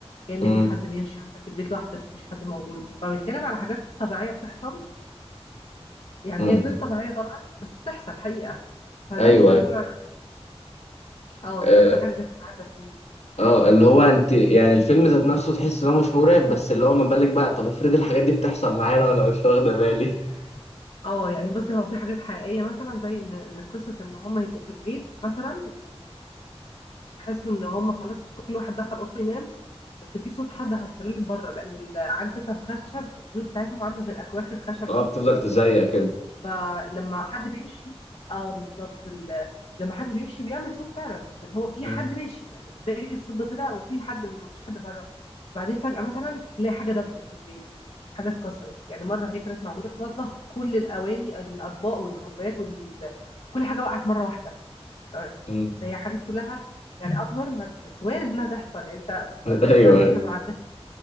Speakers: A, on the left (about 65°); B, on the left (about 85°).
A: كأن
B: مم.
A: في حد بيمشي وانت في البيت لوحدك مفيش حد موجود فبيتكلم على حاجات طبيعيه بتحصل يعني
B: مم.
A: هي غير طبيعية طبعا بس بتحصل حقيقة فده
B: أيوه
A: اللي كان
B: أيوه
A: مرعب اه
B: آه
A: دي اكتر حاجة كانت مرعبة فيه
B: آه، اللي هو
A: تحس
B: أنت يعني الفيلم ذات نفسه تحس إن هو مش مرعب بس اللي هو ما بالك بقى طب افرض الحاجات دي بتحصل معانا وأنا مش واخدة بالي <laughs>
A: اه يعني بصي هو في حاجات حقيقية مثلا زي ان ان قصة ان هم يبقوا في البيت مثلا ويحسوا ان هم خلاص كل واحد دخل اوضته ينام بس في صوت حد على السلالم بره لان ال- عارف انت الخشب البيوت بتاعتهم عاملة زي الاكواخ الخشب
B: اه
A: دي
B: بتفضل تزيق كده
A: فلما حد بيمشي اه بالظبط ال- لما حد بيمشي بيعمل صوت فعلا فاللي هو في
B: مم.
A: حد ماشي يعني ازاي الصوت ده طلع وفي حد ومفيش حد بره بعدين فجأة مثلا تلاقي حاجة دبت في البيت حاجة اتكسرت يعني مرة هي كانت موجودة في المطبخ كل الأواني الأطباق والكوبايات وال... كل حاجة وقعت مرة واحدة تمام
B: مم.
A: فهي حاجات كلها يعني اب نورمال بس وارد انها تحصل يعني انت
B: <laughs>
A: ما
B: أيوه
A: تقنعنيش
B: أيوه
A: ان ما عداش